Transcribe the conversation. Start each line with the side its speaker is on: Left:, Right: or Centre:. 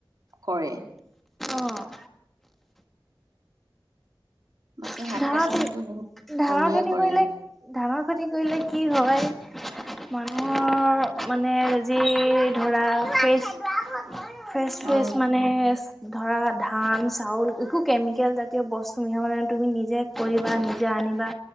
Right: কৰে।
Centre: অ'।
Right: বাকী
Centre: ধানৰ
Right: শাক পাচলিতো
Centre: খতি
Right: বহুত
Centre: ধানৰ
Right: কমেই
Centre: খেতি
Right: কৰে
Centre: কৰিলে ধানৰ খেতি কৰিলে কি হয়। মানুহৰ মানে যি ধৰা ফেচ ফ্ৰেচ ফ্ৰেছ
Right: অ
Centre: মানে ধৰা ধান চাউল একো কেমিকেল জাতীয় বস্তু মিহলাই মানে তুমি নিজে কৰিবা নিজে আনিবা